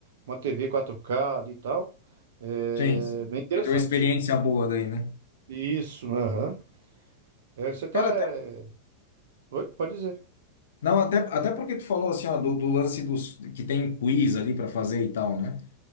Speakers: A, on the right; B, on the left.
A: uma TV 4K ali e tal. É
B: sim. Assim,
A: bem interessante.
B: Vai ter uma experiência boa daí, né?
A: Isso, aham. É, você tá.
B: Cara, até,
A: é, Oi, pode dizer.
B: não, até, até porque tu falou assim, ó, do, do lance dos que tem quiz ali para fazer e tal, né?